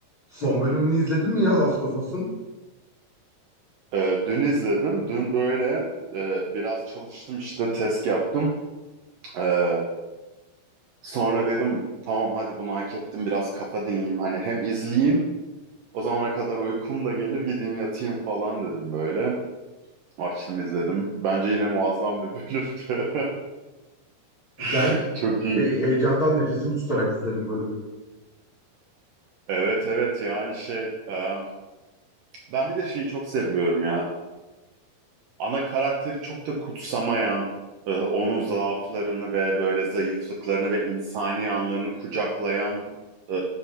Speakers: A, on the left; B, on the right.
A: Son bölümünü izledin mi ya Last of Us'ın?
B: Ee, dün izledim. Dün böyle e, biraz çalıştım işte test yaptım. Ee, sonra dedim tamam hadi bunu hak ettim biraz kafa dinleyeyim. Hani hem izleyeyim o zamana kadar uykum da gelir gideyim yatayım falan dedim böyle. Açtım izledim. Bence yine muazzam bir bölümdü.
A: Ben
B: <laughs> Çok
A: he-
B: iyi.
A: heyecandan nefesimi tutarak izledim bölümü.
B: Evet evet yani şey e, ben bir de şeyi çok seviyorum ya. ana karakteri çok da kutsamayan, e, onun zaaflarını ve böyle zayıflıklarını ve insani yanlarını kucaklayan e,